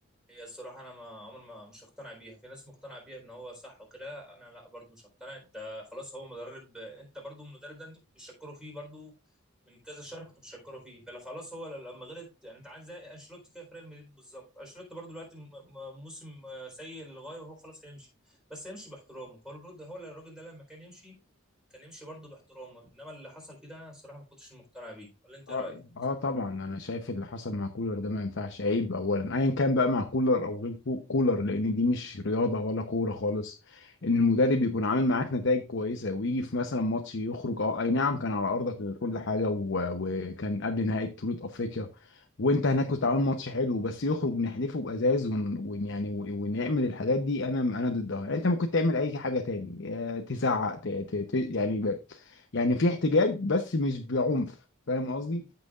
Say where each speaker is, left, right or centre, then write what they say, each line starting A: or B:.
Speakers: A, in the centre; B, on the left.
A: هي الصراحة أنا ما عمر ما مش هقتنع بيها في ناس مقتنعة بيها إن هو صح وكده أنا لا برضو مش هقتنع أنت خلاص هو مدرب أنت برضو المدرب ده أنت كنت بتشكره فيه برضو من كذا شهر كنت بتشكره فيه فلا خلاص هو لما غلط يعني أنت عامل زي أنشيلوتي كده في ريال مدريد بالظبط أنشيلوتي برضو دلوقتي م- م- موسم آه، سيء للغاية وهو خلاص هيمشي بس هيمشي باحترامه فهو المفروض هو الراجل ده لما كان يمشي كان يمشي برضو باحترامه إنما اللي حصل فيه ده أنا الصراحة ما كنتش مقتنع بيه ولا أنت إيه
B: اه
A: رأيك؟
B: اه طبعا انا شايف اللي حصل مع كولر ده ما ينفعش عيب اولا ايا كان بقى مع كولر او غير كو- كولر لان دي مش رياضه ولا كوره خالص ان المدرب يكون عامل معاك نتائج كويسه ويجي في مثلا ماتش يخرج اه اي نعم كان على ارضك وكل حاجه و... وكان قبل نهائي بطوله افريقيا وانت هناك كنت عامل ماتش حلو بس يخرج نحذفه بازاز ون... ون... يعني ون- ونعمل الحاجات دي انا انا ضدها يعني انت ممكن تعمل اي حاجه تاني آه، تزعق ت... ت... ت... يعني يعني في احتجاج بس مش بعنف فاهم قصدي